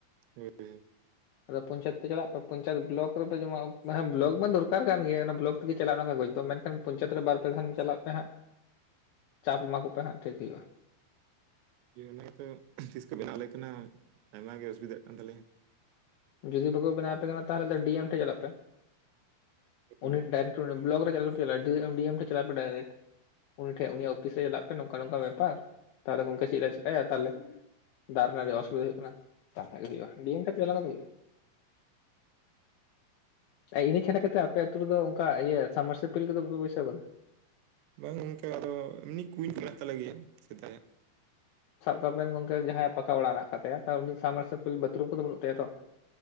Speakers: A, on the right (about 75°); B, on the left (about 75°).
A: ᱦᱮᱸ
B: ᱟᱫᱚ ᱯᱚᱧᱪᱟᱭᱮᱛ ᱯᱮ ᱪᱟᱞᱟᱜ ᱯᱮ ᱯᱚᱧᱪᱟᱭᱮᱛ ᱵᱞᱚᱠ ᱨᱮᱯᱮ ᱡᱚᱢᱟ ᱦᱮᱸ ᱵᱞᱚᱠ ᱢᱟ ᱫᱚᱨᱠᱟᱨ ᱠᱟᱱ ᱜᱮᱭᱟ ᱚᱱᱟ ᱵᱞᱚᱠ ᱪᱟᱞᱟᱜᱼᱟ ᱚᱱᱟ ᱠᱟᱜᱚᱡ ᱫᱚ ᱢᱮᱱᱠᱷᱟᱱ ᱯᱧᱪᱟᱭᱮᱛ ᱨᱮ ᱵᱟᱨ ᱯᱮ ᱫᱟᱱ ᱪᱟᱞᱟᱜ ᱯᱮ ᱦᱟᱸᱜ
A: <inaudible>
B: ᱪᱟᱯ ᱮᱢᱟ ᱠᱚᱯᱮ ᱦᱟᱸᱜ ᱴᱷᱤᱠ ᱦᱩᱭᱩᱜᱼᱟ ᱾
A: ᱤᱭᱟᱹ ᱚᱱᱟ ᱜᱮᱛᱚ ᱛᱤᱥ ᱠᱚ ᱵᱮᱱᱟᱣ ᱟᱞᱮ ᱠᱟᱱᱟ ᱟᱭᱢᱟ ᱜᱮ ᱚᱥᱩᱵᱤᱫᱷᱟᱜ ᱠᱟᱱ ᱛᱟᱞᱮᱭᱟ᱾
B: ᱡᱩᱫᱤ ᱵᱟᱠᱚ ᱵᱮᱱᱟᱣ ᱟᱯᱮ ᱠᱟᱱᱟ ᱛᱟᱦᱚᱞᱮ ᱫᱚ ᱰᱤ ᱮᱢ ᱴᱷᱮᱱ ᱪᱟᱞᱟᱜ ᱯᱮ᱾
A: ᱦᱳᱭ
B: ᱩᱱᱤ ᱰᱟᱭᱨᱮᱠᱴ ᱵᱞᱚᱠ ᱨᱮ ᱟᱞᱚ ᱯᱮ ᱪᱟᱞᱟᱜᱼᱟ ᱰᱤ ᱰᱤ ᱮᱢ ᱴᱷᱮᱱ ᱪᱟᱞᱟᱜ ᱯᱮ ᱰᱟᱭᱨᱮᱠᱴ᱾ ᱩᱱᱤ ᱴᱷᱮᱡ ᱩᱱᱤᱭᱟᱜ ᱚᱯᱷᱤᱥ ᱨᱮ ᱪᱟᱞᱟᱜ ᱯᱮ ᱱᱚᱝᱠᱟ ᱱᱚᱝᱠᱟ ᱵᱮᱯᱟᱨ, ᱛᱟᱦᱚᱞᱮ ᱜᱚᱝᱠᱮ ᱪᱮᱫ ᱞᱮ ᱪᱮᱠᱟᱭᱟ? ᱛᱟᱦᱚᱞᱮ ᱫᱟᱜ ᱨᱮᱭᱟᱜ ᱚᱥᱩᱵᱤᱫᱷᱟ ᱦᱩᱭᱩᱜ ᱛᱟᱦᱚᱞᱮ ᱜᱮ ᱦᱩᱭᱩᱜᱼᱟ ᱰᱤ ᱮᱢ ᱴᱷᱮᱱ ᱪᱟᱞᱟᱣ ᱞᱮᱱ ᱠᱷᱟᱱ ᱦᱩᱭᱩᱜᱼᱟ᱾ ᱟᱨ ᱤᱱᱟᱹ ᱪᱷᱟᱰᱟ ᱠᱟᱛᱮᱫ ᱟᱯᱮ ᱟᱛᱩ ᱨᱮᱫᱚ ᱚᱱᱠᱟ ᱤᱭᱟᱹ ᱥᱟᱵᱢᱟᱨᱥ ᱤᱯᱤᱞ ᱠᱚᱫᱚ ᱵᱟᱯᱮ ᱵᱟᱹᱭᱥᱟᱹᱣ ᱟᱠᱟᱫᱟ?
A: ᱵᱟᱝ ᱜᱚᱝᱠᱟ ᱟᱫᱚ ᱮᱢᱱᱤ ᱠᱩᱧ ᱢᱮᱱᱟᱜ ᱛᱟᱞᱮ ᱜᱮᱭᱟ ᱥᱮᱫᱟᱭ-ᱟᱜ᱾
B: ᱥᱟᱵ ᱠᱟᱜ ᱢᱮᱱ ᱜᱚᱝᱠᱮ ᱡᱟᱦᱟᱸᱭᱟᱜ ᱯᱟᱠᱟ ᱚᱲᱟᱜ ᱢᱮᱱᱟᱜ ᱠᱟᱜ ᱛᱟᱭᱟ ᱛᱚ ᱩᱱᱤ ᱥᱟᱵᱢᱟᱨᱥᱟᱞᱯᱤᱞ ᱵᱟᱛᱷᱨᱩᱢ ᱠᱚᱫᱚ ᱵᱟᱹᱱᱩᱜ ᱛᱟᱭᱟ ᱛᱚ